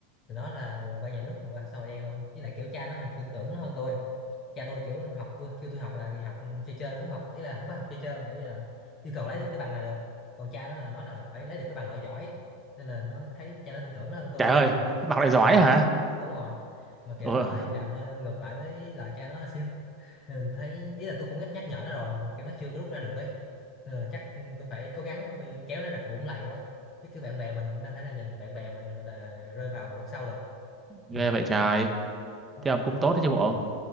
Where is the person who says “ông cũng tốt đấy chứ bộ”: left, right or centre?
Right